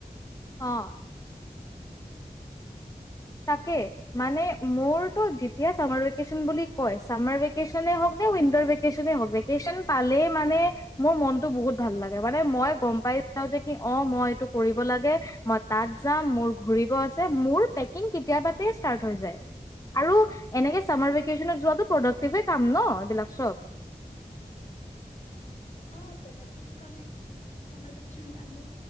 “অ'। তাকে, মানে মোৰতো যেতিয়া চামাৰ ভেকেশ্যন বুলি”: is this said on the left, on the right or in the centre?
Left